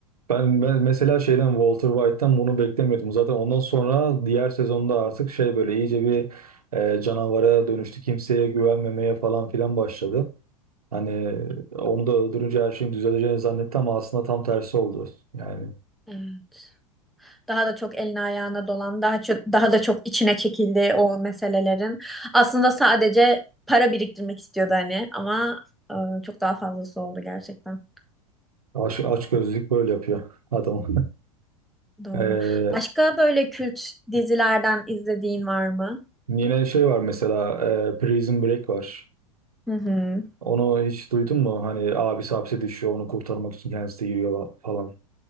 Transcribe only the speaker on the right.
ben, ben mesela şeyden Walter White'tan bunu beklemiyordum. Zaten ondan sonra diğer sezonda artık şey böyle iyice bir e, canavara dönüştü. Kimseye güvenmemeye falan filan başladı. Hani onu da öldürünce her şeyin düzeleceğini zannetti ama aslında tam tersi oldu. Yani
Aç, açgözlülük böyle yapıyor adam. <laughs>
Ee,
yine şey var mesela e, Prison Break var.
Onu hiç duydun mu? Hani abisi hapse düşüyor onu kurtarmak için kendisi de giriyor falan.